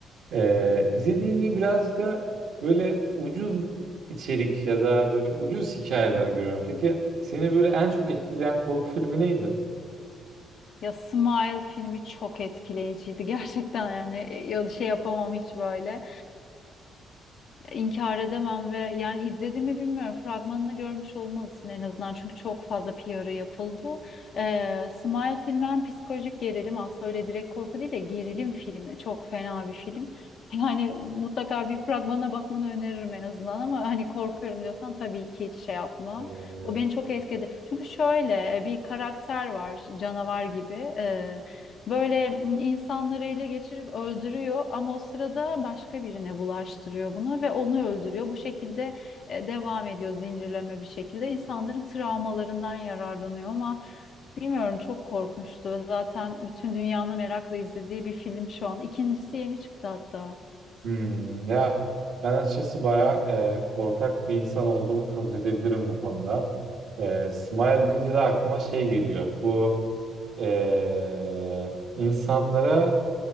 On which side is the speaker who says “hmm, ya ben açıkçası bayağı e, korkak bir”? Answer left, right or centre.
Right